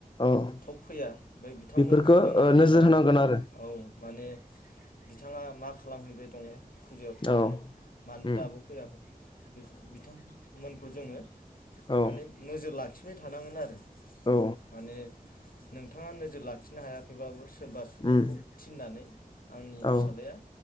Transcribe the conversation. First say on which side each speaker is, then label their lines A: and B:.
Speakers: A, on the left (about 35°); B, on the left (about 75°).
A: औ औ
B: थप फैया ओमफ्राय बिथांमोनखौबो
A: बेफोरखौ
B: जों
A: ओ
B: नोजोर लानांगोन।
A: होनांगोन आरो
B: औ माने बिथाङा मा खालामहैबाय दङ' फुजायाव थांनानै
A: औ
B: मानो
A: उम
B: दाबो फैयाखै बेफोर बिथांमोनखौ जोङो
A: औ
B: माने नोजोर लाखिबाय थानांगोन आरो उम
A: औ
B: माने नोंथाङा नोजोर लाखिनो हायाखैबाबो सोरबा सुबुंखौ
A: उम
B: थिननानै आंनि
A: औ
B: फिसालाया